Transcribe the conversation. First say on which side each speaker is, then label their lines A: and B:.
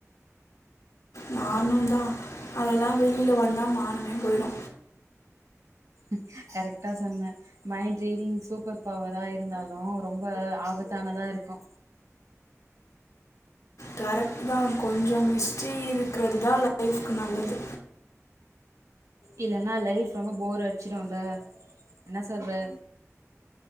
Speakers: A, on the left (about 90°); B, on the right (about 80°).
A: நானுந்தா அதெல்லா வெளியில வந்தா மானமே போயிடு
B: ம் கரெக்ட்டா சொன்ன மைண்ட் ரீடிங் சூப்பர் பவரா இருந்தாலு ரொம்ப ஆபத்தானதா இருக்கு
A: கரெக்டுதா கொஞ்ச மிஸ்ட்டி இருக்குறதுதா லைஃப்கு நல்லது
B: இல்லன்னா லைஃப் வந்து போர் அடிச்சுருல்ல என்ன சொல்ற